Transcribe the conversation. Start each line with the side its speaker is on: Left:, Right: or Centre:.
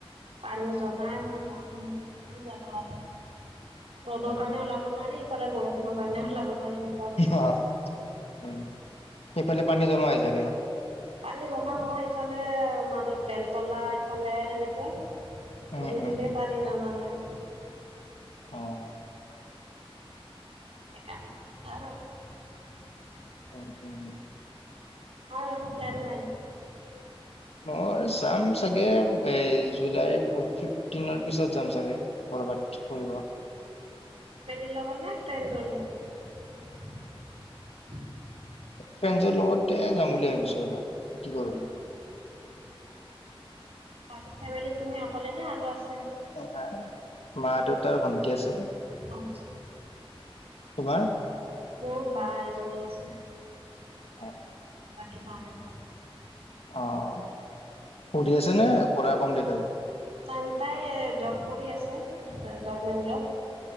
Right: পানী জমাই <unintelligible> কি যাবা আৰু। ৰ'দৰ
Left: উম
Right: কাৰণে
Left: উম
Right: ওলাব নোৱাৰি। ইফালে বৰষুণৰ কাৰণে ওলাব নোৱাৰি এনেকুৱা অৱস্থা
Left: <unintelligible>
Right: হৈছে
Left: উম, সেইফালে পানী জমা হয় চাগে?
Right: পানী জমা হয় ইফালে মাজত বেলতলা এইফালে হেনেকে। ধৰি
Left: উম উম
Right: দিলে
Left: উম
Right: পানী নমা নাই।
Left: অ'।
Right: সেইকাৰণে। তাৰো আকৌ
Left: হয় হয় নি?
Right: অ', একো প্লেন নাই।
Left: মই যাম চাগে। এই জুলাই ফিফটিনৰ পিছত যাম চাগে। ক'ৰবাত ফুৰিব
Right: শ্বিলংত নে ফ্ৰেণ্ডছৰ লগত?
Left: ফ্ৰেণ্ডছৰ লগতে যাম বুলি ভাৱিছো ৰ'বা, কি কৰো।
Right: অ বাকী ফেমেলিত তুমি অকলে নে আৰু আছ
Left: নাই, মা-দেউতা আৰু ভন্টি আছে।
Right: অ
Left: তোমাৰ?
Right: মোৰ বা এজনী আছে।
Left: অ'।
Right: <unintelligible>
Left: অ', পঢ়ি আছে নে পঢ়া কমপ্লিট আৰু?
Right: জান তাই জব কৰি আছে, গভমেণ্ট জব।